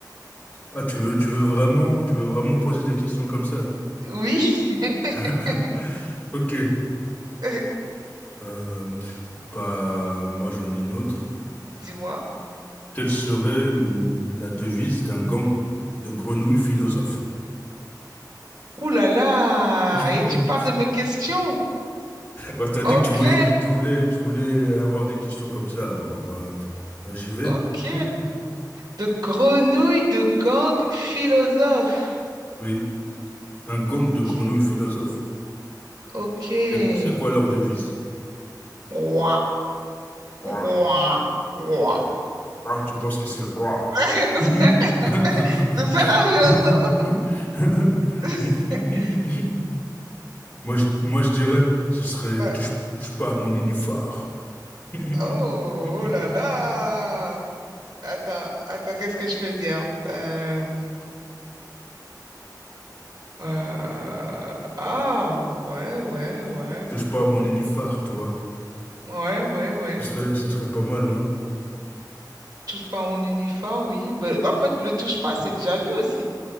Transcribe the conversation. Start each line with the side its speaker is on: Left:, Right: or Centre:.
Left: Ah, tu veux, tu veux vraiment, tu veux vraiment poser des questions comme ça?
Right: Oui. <laughs>
Left: <laughs> Ok.
Right: Euh,
Left: Euh, bah, moi, j'en ai une autre.
Right: Dis-moi.
Left: Quelle serait l- la devise d'un gang de grenouilles philosophes?
Right: Ouh là là.
Left: <laughs>
Right: Et tu parles de mes questions.
Left: Bah, t'as
Right: Ok,
Left: dit que tu voulais, tu voulais, tu voulais avoir des questions comme ça, alors bah, bah, j'y vais.
Right: ok.
Left: Mm.
Right: De grenouille de gang philosophe.
Left: Oui, un gang
Right: Ok,
Left: de grenouilles philosophes.
Right: ok.
Left: C'est c'est quoi leur devise?
Right: Ouah,
Left: Ouah,
Right: ouah, ouah.
Left: ouah. Ah, tu penses que c'est ouah.
Right: <laughs> C'est
Left: <laughs>
Right: ça la philosophe? <laughs>
Left: Moi, je, moi, je dirais, ce serait
Right: Ouais.
Left: touche, touche pas à mon nénuphar. <laughs>
Right: Oh, oh là là! Attends, attends, qu'est-ce que je peux dire? Euh, euh, ah, ouais, ouais, ouais.
Left: Touche pas à mon nénuphar, tu vois.
Right: Ouais, ouais, ouais.
Left: Ce serait, ce serait pas mal, non?
Right: Touche pas à mon uniforme, oui. Mais après, le touche pas, c'est déjà vu aussi.